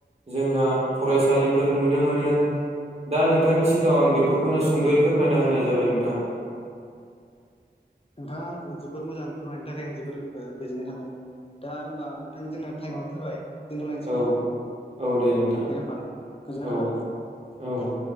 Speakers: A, on the right (about 35°); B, on the left (about 35°).
A: जोंहा फरायसालिफोर नुनो मोनो दा नों। नोंथांनि सिगाङाव आं बेफोरखौनो सुंदयै फोरमायना होनाय जाबाय नोंथां।
B: नोंथाङा आंखौ जोबोर मोजां फोरमायनो थाखाय आं जोबोर गोजोननाय थाबाय। दा होमबा नोंथां जोंना टाइमाव फैबाय दोनथलायनोसै
A: औ
B: खोमा
A: औ दे नोंथां
B: दे होमबा गोजोननाय
A: औ
B: थाबाय
A: औ